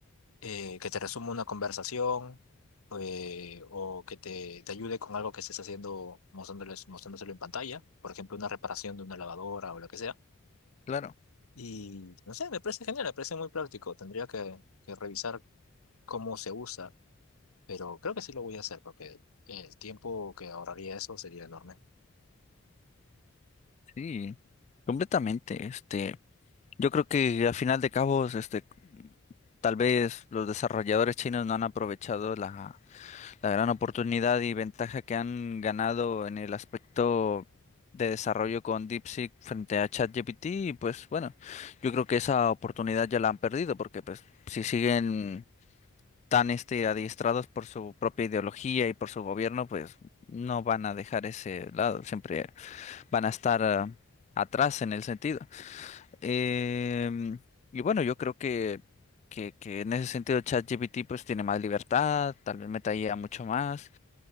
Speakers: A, on the left; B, on the left.
A: eh, que te resuma una conversación eh, o que te, te ayude con algo que estés haciendo, mostrándoles, mostrándoselo en pantalla, por ejemplo, una reparación de una lavadora o lo que sea.
B: claro,
A: Y no sé, me parece genial, me parece muy práctico. Tendría que, que revisar cómo se usa. pero creo que sí lo voy a hacer porque el tiempo que ahorraría eso sería enorme.
B: sí, completamente. Este, yo creo que a final de cabos, este, tal vez los desarrolladores chinos no han aprovechado la La gran oportunidad y ventaja que han ganado en el aspecto de desarrollo con DeepSeek frente a ChatGPT, y pues bueno, yo creo que esa oportunidad ya la han perdido porque pues si siguen tan este adiestrados por su propia ideología y por su gobierno, pues no van a dejar ese lado, siempre van a estar ah, atrás en el sentido. Em, y bueno, yo creo que que, que en ese sentido ChatGPT pues tiene más libertad, tal vez meta IA mucho más